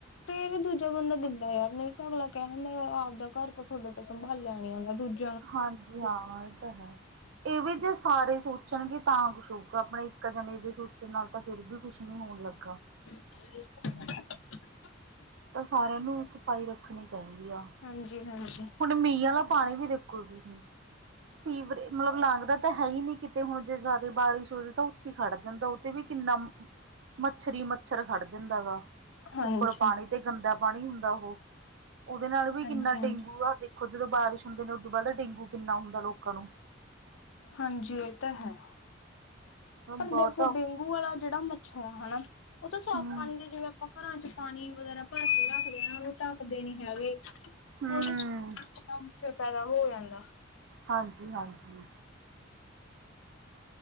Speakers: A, on the left; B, on the right.
A: ਫੇਰ ਵੀ ਦੂਜਾ ਬੰਦਾ ਦਿੰਦਾ ਯਾਰ ਨਹੀਂ ਤਾਂ ਅਗਲਾ ਕਹਿ ਹੁੰਦਾ ਆਪਦਾ ਘਰ ਤਾਂ ਤੁਹਾਡੇ ਤੋਂ ਸੰਭਾਲਿਆ ਨੀ ਜਾਂਂਦਾ ਦੂਜਾ
B: ਹਾਂਜੀ ਹਾਂ ਇਹ ਤਾਂ ਹੈ। ਇਹ ਵੀ ਜੇ ਸਾਰੇ ਸੋਚਣਗੇ ਤਾਂ ਕੁਛ ਹੋਉ। ਆਪਣੇ ਇੱਕ ਜਣੇ ਦੇ ਸੋਚਣ ਨਾਲ ਤਾਂ ਫਿਰ ਵੀ ਕੁਛ ਨੀ ਹੋਣ ਲੱਗਾ।
A: <unintelligible>
B: ਤਾਂ ਸਾਰਿਆਂ ਨੂੰ ਸਫ਼ਾਈ ਰੱਖਣੀ ਚਾਹੀਦੀ ਆ।
A: ਹਾਂਜੀ-ਹਾਂਜੀ।
B: ਹੁਣ ਮੀਂਹ ਆਲਾ ਪਾਣੀ ਵੀ ਦੇਖੋ ਤੁਸੀਂ? ਸੀਵਰੇ ਮਤਲਬ ਲੰਘਦਾ ਤਾਂ ਹੈ ਹੀ ਨਹੀਂ ਕਿਤੇ ਹੁਣ ਜੇ ਜ਼ਿਆਦਾ ਬਾਰਿਸ਼ ਹੋ ਜਾਵੇ ਤਾਂ ਉੱਥੇ ਖੜ ਜਾਂਦਾ ਉੱਥੇ ਵੀ ਕਿੰਨਾ ਮੱਛਰ-ਮੱਛਰ ਖੜ ਜਾਂਦਾ ਗਾ
A: ਹਾਂਜੀ
B: ਉੱਪਰ ਪਾਣੀ ਤੇ ਗੰਦਾ ਪਾਣੀ ਹੁੰਦਾ ਉਹੋ। ਉਹਦੇ ਨਾਲ ਵੀ
A: ਹਾਂਜੀ
B: ਕਿੰਨਾ ਡੇਂਗੂ ਆ ਦੇਖੋ, ਜਦੋਂ ਬਾਰਿਸ਼ ਹੁੰਦੇ ਨੇ ਉਦੋਂ ਬਾਅਦ ਡੇਂਗੂ ਕਿੰਨਾ ਹੁੰਦਾ ਲੋਕਾਂ ਨੂੰ।
A: ਹਾਂਜੀ ਇਹ ਤਾਂ ਹੈ। ਪਰ
B: ਬਹੁਤ
A: ਦੇਖੋ ਡੇਂਗੂ ਵਾਲਾ ਜਿਹੜਾ ਮੱਛਰ ਆ ਹਨਾ। ਉਹ ਤਾਂ ਸਾਫ਼
B: ਹਮ
A: ਪਾਣੀ ਦੇ ਜਿਵੇਂ ਆਪਾਂ ਘਰਾਂ 'ਚ' ਪਾਣੀ ਵਗੈਰਾ ਭਰ ਕੇ ਰੱਖਦੇ ਹ ਉਹਨੂੰ ਢੱਕਦੇ ਨੀ ਹੈਗੇ।
B: ਹਮ
A: ਉਹਦੇ ਕਿੰਨਾ ਮੱਛਰ ਪੈਦਾ ਹੋ ਜਾਂਦਾ।
B: ਹਾਂਜੀ-ਹਾਂਜੀ।